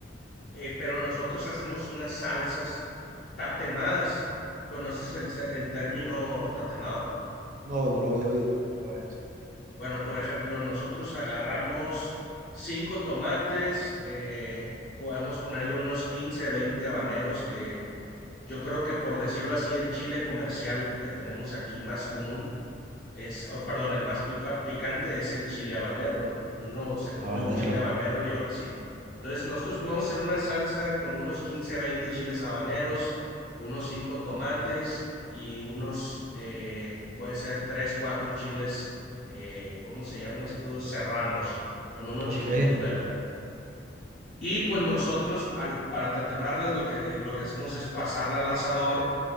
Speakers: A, on the left; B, on the right.
A: Eh, pero nosotros hacemos unas salsas tatemadas. ¿Conoces el, el término tatemado?
B: No, no lo había oído la primera vez.
A: Bueno, por ejemplo, nosotros agarramos cinco tomates, eh, podemos ponerle unos 15, 20 habaneros que yo creo que por decirlo así, el chile comercial que tenemos aquí más común es, oh, perdón, el más pica- picante es el chile habanero, ¿no? Uno se
B: El
A: come
B: habanero.
A: un chile habanero y ahora sí. Entonces nosotros podemos hacer una salsa con unos 15, 20 chiles habaneros, unos 5 tomates y unos, eh, puede ser 3, 4 chiles, eh, ¿cómo se llaman estos? Serranos. Son unos
B: Ok.
A: chiquitos verdes. Y pues nosotros, al- para tatemarlas, lo que, eh, lo que hacemos es pasarla al asador